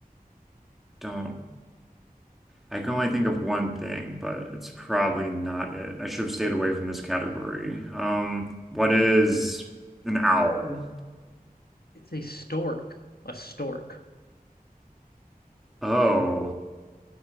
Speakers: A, in the centre; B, on the left.
A: don't. I can only think of one thing, but it's probably not it. I should have stayed away from this category. Um, what is an owl?
B: It's a stork. A stork.
A: Oh,